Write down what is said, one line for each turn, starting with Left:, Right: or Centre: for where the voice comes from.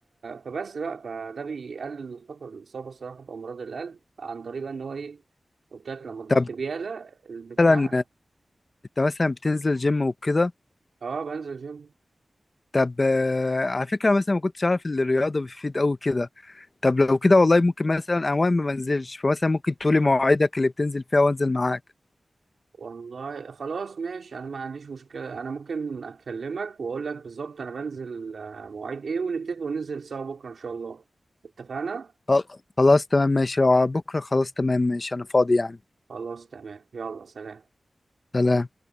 Right: فبس بقى فده بيقلل خطر الاصابه الصراحه بامراض القلب عن طريق بقى ان هو ايه قلت لك لما الضغط
Left: طب
Right: بيعلى البتاع
Left: مثلا انت مثلا بتنزل جيم وكده
Right: اه بنزل جيم
Left: طب آه، على فكرة مثلا ما كنتش عارف ان الرياضة بتفيد قوي كده طب لو كده والله ممكن مثلا اوان ما منزلش فمثلا ممكن تقولي مواعيدك اللي بتنزل فيها وانزل معاك
Right: والله خلاص ماشي انا ما عنديش مشكله انا ممكن اكلمك واقول لك بالظبط انا بنزل آه، مواعيد ايه ونتفق وننزل سوا بكره ان شاء الله اتفقنا
Left: خل- خلاص تمام ماشي لو على بكرة خلاص تمام ماشي انا فاضي يعني
Right: خلاص تمام يلا سلام
Left: سلام